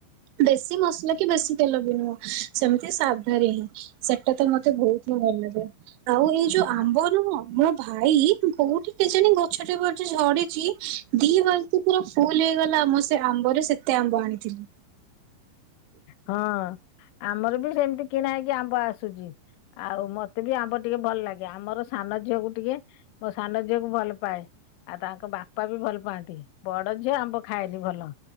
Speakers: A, on the right; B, on the left.
A: ବେଶୀ ମସଲା କି ବେଶୀ ତେଲ ବି ନୁହଁ। ସେମିତି ସାବଧା ରେ ହିଁ। ସେଟା ତ ମତେ ବହୁତ ହି ଭଲ ଲାଗେ। ହ ଆଉ ଏଇ ଯୋଉ
B: ହୁଁ।
A: ଆମ୍ବ ନୁହଁ। ମୋ ଭାଇ କୋଉଠି କେ ଜଣେ ଗଛ <unintelligible> ଝଡ଼ି ଚି ଦି ବଲଟି ପୁରା ଫୁଲ ହେଇଗଲା ଆମ ସେ ଆମ୍ବରେ ସେ ତେ ଆମ୍ବ ଆଣିଥିଲି।
B: ହଁ। ଆମର ବି ସେମିତି କିଣା ହେଇକି ଆମ୍ବ ଆସୁଚି ଆଉ ମତେ ବି ଆମ୍ବ ଟିକେ ଭଲ ଲାଗେ ଆମର ସାନ ଝିଅକୁ ଟିକେ ମୋ ସାନ ଝିଅକୁ ଭଲ ପାଏ ଆଉ ତାଙ୍କ ବା ବାପା ବି ଭଲ ପାଆନ୍ତି। ବଡ ଝିଅ ଆମ୍ବ ଖାଏନି ଭଲ